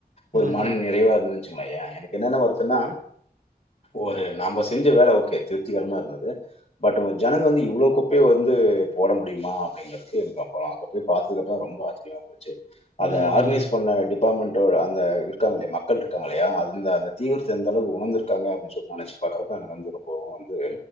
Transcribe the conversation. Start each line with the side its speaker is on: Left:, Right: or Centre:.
Left: ஒரு
Right: ம்
Left: மன
Right: ம்
Left: நிறைவா இருந்ததுன்வெச்சுங்களோ எனக்கு என்னென்ன வருத்தன்னா ஒரு நாம செஞ்ச வேல ஓகே திருப்திகரமா இருந்தது பட் ஜனங்க வந்து இவ்வளோ குப்பய வந்து போட முடியுமா அப்படிங்கிறது அப்பறோ அங்க போய் பாத்ததுக்கப்பறோ ரொம்ப ஆச்சரியமா போச்சு
Right: ம்
Left: அத ஆர்கனைஸ் பண்ண டி டிபாட்மெண்ட் அந்த இருக்காங்க மக்கள் இருக்காங்க இல்லையா அந்த அந்த தீவிரத்த எந்த அளவு உணர்ந்து இருக்காங்க அப்டினு சொல்லிட் நனச்சட்டு பாக்குறப்பா எனக்கு வந்து ரொம்பவு வந்து